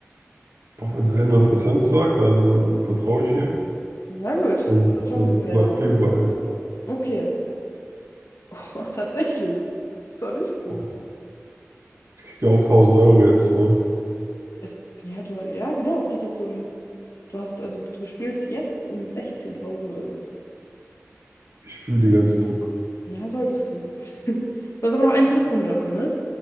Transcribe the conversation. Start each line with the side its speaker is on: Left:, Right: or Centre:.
Right: Boah, wenn sie hundert Prozent sagt, dann vertraue ich ihr.
Left: Na gut,
Right: Und
Left: dann vertrauen
Right: das
Left: wir mal der
Right: log
Left: Dame.
Right: Februar ein.
Left: Okay. <laughs> Tatsächlich. So richtig.
Right: Boah, sie kriegt ja auch tausend Euro jetzt, ne?
Left: Es, ja, du, ja, genau. Es geht jetzt um. Du hast, also du spielst jetzt um 16.000 Euro.
Right: Ich fühle den ganzen Druck.
Left: Ja, solltest du. <laughs> Du hast aber noch einen Telefonjoker, ne?